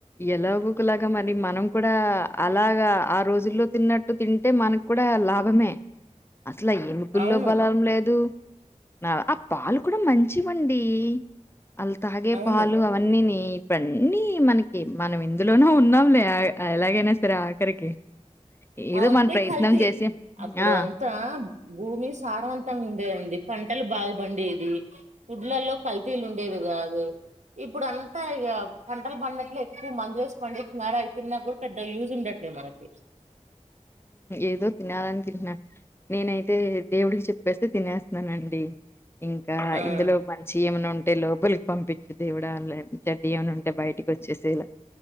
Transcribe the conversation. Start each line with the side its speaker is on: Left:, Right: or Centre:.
Left: ఎలాగో ఒకలాగా మరి మనం కూడా అలాగా ఆ రోజుల్లో తిన్నట్టు తింటే మనకు కూడా లాభమే అసలా ఎమికల్లో
Right: అవును
Left: బలం లేదు నా ఆ పాలు కూడా మంచివండి అల్ తాగే
Right: అవును
Left: పాలు అవన్నీ నెయ ఇవన్నీ మన్ కీ కీ మనం ఇందులోన ఉన్నాంలే ఎలాగైనా స వి ఆఖరికి ఏదో
Right: అవుంతే
Left: మన ప్రయత్నం
Right: కలిసి
Left: చేసి
Right: అప్పుడు
Left: ఆ
Right: అంతా భూమి సారవంతంగా ఉండేదండి పంటలు బాగా పండేది గుడ్లలో కల్తీలు ఉండేది కాదు ఇప్పుడు అంతా ఇక పంటలు పండినట్లే ఎక్కువ మందు వేసి పండిస్తున్నారు అవి తిన్నా కూడా పెద్ద యూజ్ ఉండట్లేదు మనకి
Left: ఏదో తినాలని తింటున్నాను నేనైతే దేవుడికి చెప్పేస్తే తినేస్తున్నానండి ఇంకా
Right: ఆ
Left: ఇందులో మంచి ఏమన్నా ఉంటే లోప పంపించు దేవుడ చెడ్డ ఏని ఉంటే బయటికి వచ్చేసేల